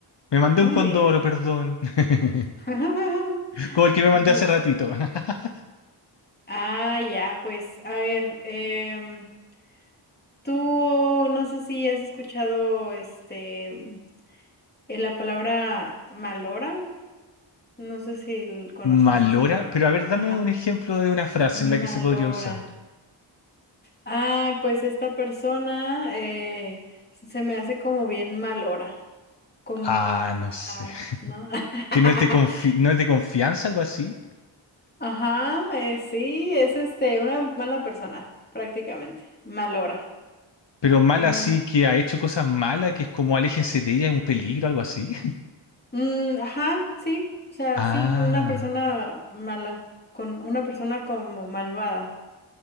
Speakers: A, on the left; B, on the left.
A: me mandé
B: Muy
A: un condoro,
B: bien.
A: perdón. <laughs>
B: <laughs>
A: Como el que me mandé
B: Bu-
A: hace ratito. <laughs>
B: Ah, ya, pues, a ver, em, tú no sé si has escuchado este eh, la palabra malora. No sé si l- conoces
A: Malora,
B: esa palabra.
A: pero a ver, dame
B: Ajá.
A: un ejemplo de una frase
B: Malora.
A: en la que se podría usar.
B: Ah, pues esta persona eh, se me hace como bien malora. Como,
A: Ah, no sé.
B: ajá, ¿no? <laughs>
A: que no es de confi- no es de confianza, algo así.
B: Ajá, eh, sí, es este, una mala persona, prácticamente. Malora.
A: Pero mala
B: Muy.
A: así que ha hecho cosas malas, que es como aléjense de ella, es un peligro, algo así. <laughs>
B: mm, ajá, sí. O sea,
A: Ah,
B: sí, una persona mala. Con una persona como malvada.